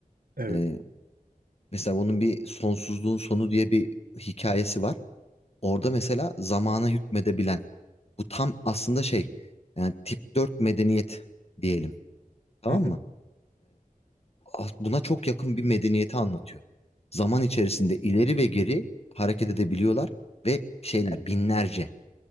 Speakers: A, on the right (about 80°); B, on the left (about 45°).
A: Evet.
B: Ee, mesela onun bir Sonsuzluğun Sonu diye bir hikayesi var. Orada mesela zamana hükmedebilen bu tam aslında şey yani tip 4 medeniyet diyelim tamam
A: Hı hı.
B: mı? as- buna çok yakın bir medeniyeti anlatıyor. Zaman içerisinde ileri ve geri hareket edebiliyorlar ve şeyler binlerce,